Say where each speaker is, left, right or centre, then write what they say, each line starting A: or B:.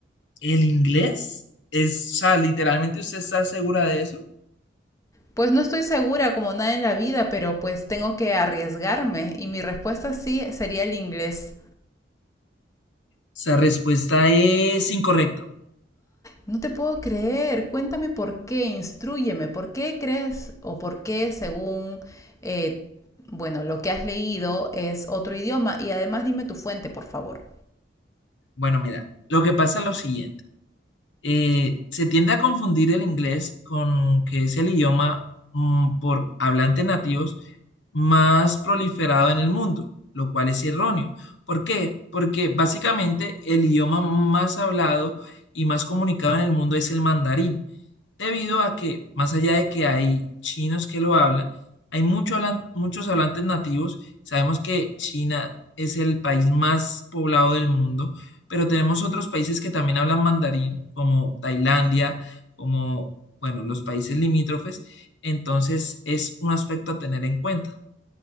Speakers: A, on the left (about 75°); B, on the left (about 15°).
A: ¿El inglés? Es, o sea, literalmente usted está segura de eso. O
B: Pues no estoy segura como nada en la vida, pero pues tengo que arriesgarme y mi respuesta sí sería el inglés.
A: sea, respuesta es incorrecta.
B: No te puedo creer, cuéntame por qué, Instrúyeme por qué crees o por qué según, eh, bueno, lo que has leído es otro idioma y además dime tu fuente, por favor.
A: Bueno, mira, lo que pasa es lo siguiente. eh, se tiende a confundir el inglés con que es el idioma mm, por hablantes nativos más proliferado en el mundo, lo cual es erróneo. ¿Por qué? Porque básicamente el idioma más hablado y más comunicado en el mundo es el mandarín, debido a que, más allá de que hay chinos que lo hablan, hay mucho hablan- muchos hablantes nativos. Sabemos que China es el país más poblado del mundo pero tenemos otros países que también hablan mandarín, como Tailandia, como, bueno, los países limítrofes, entonces es un aspecto a tener en cuenta.